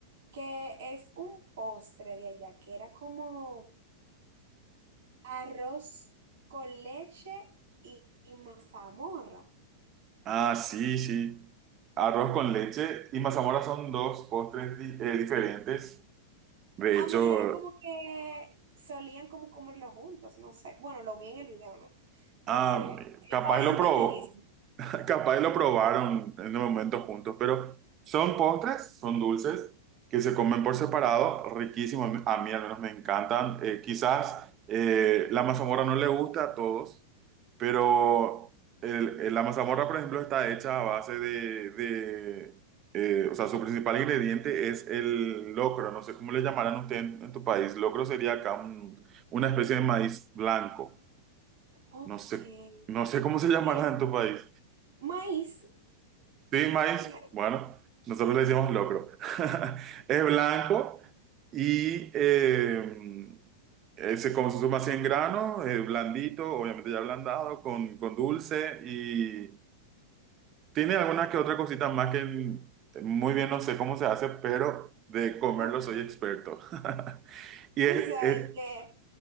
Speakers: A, on the right; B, on the right.
A: que es un postre de allá, que era como arroz con leche y, y mazamorra.
B: Ah, sí, sí. Arroz con leche y mazamorra son dos postres di- eh, diferentes. De
A: Ah,
B: hecho,
A: me dijeron como que solían como comerlo juntos, no sé, bueno, lo vi en el video, no,
B: ah,
A: no sé,
B: capaz
A: oriéntame
B: lo probó.
A: en eso.
B: Capaz lo probaron en el momento juntos, pero son postres, son dulces que se comen por separado, riquísimos. A mí al menos me encantan. Eh, quizás eh, la mazamorra no le gusta a todos, pero el- el- la mazamorra, por ejemplo, está hecha a base de, de, eh, o sea, su principal ingrediente es el locro. No sé cómo le llamarán ustedes en, en tu país. Locro sería acá un- una especie de maíz blanco.
A: Ok,
B: No sé, no sé cómo se llamará
A: sí,
B: en tu país.
A: maíz.
B: Sí, maíz,
A: La-
B: bueno, nosotros le decimos locro. <laughs> Es blanco y eh, eh, se consume así en grano, eh, blandito, obviamente ya ablandado, con, con dulce y tiene alguna que otra cosita más que muy bien no sé cómo se hace, pero de comerlo
A: Ok,
B: soy experto. <laughs> Y
A: tú
B: es,
A: sabes
B: es,
A: que